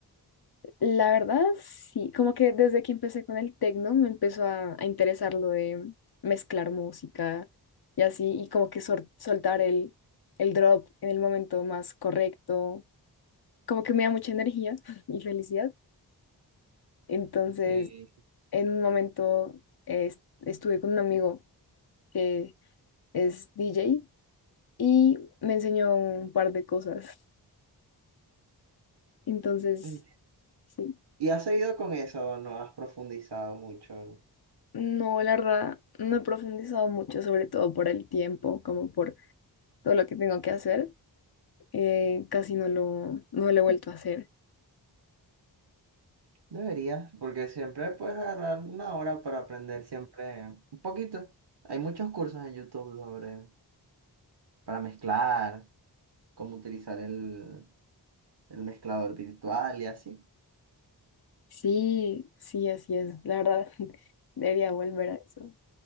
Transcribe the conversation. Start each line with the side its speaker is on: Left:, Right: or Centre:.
Left: La verdad, sí, como que desde que empecé con el tecno me empezó a, a interesar lo de mezclar música y así, y como que sor- soltar el, el drop en el momento más correcto, como que me da mucha energía <laughs> y felicidad. Entonces,
Right: Sí.
Left: en un momento eh, est- estuve con un amigo que es DJ y me enseñó un par de cosas. Entonces,
Right: Enti-
Left: Sí.
Right: ¿Y has seguido con eso o no has profundizado mucho?
Left: No, la verdad, no he profundizado mucho, sobre todo por el tiempo, como por todo lo que tengo que hacer. Eh, casi no lo, no lo he vuelto a hacer.
Right: Deberías, porque siempre puedes agarrar una hora para aprender siempre un poquito. Hay muchos cursos en YouTube sobre Para mezclar, cómo utilizar el, el mezclador virtual y así.
Left: Sí, sí, así es. La verdad, <laughs> debería volver a eso.